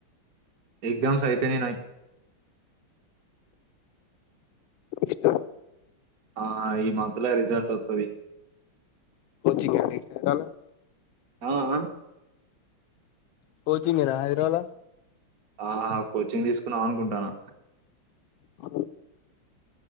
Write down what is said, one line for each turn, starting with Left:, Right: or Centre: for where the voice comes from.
Right: ఎగ్జామ్స్ అయిపోయినయ్ నాయ్
Left: ఇష్ట
Right: ఆ ఈ మంత్ లో రిజల్ట్ వత్తది
Left: కొచింగ్ అండి ఇంగాల
Right: ఆ ఆ
Left: పోచింగేన హైదరావాల
Right: ఆహా కోచింగ్ తీసుకున్నాం అనుకుంటాను
Left: ఆ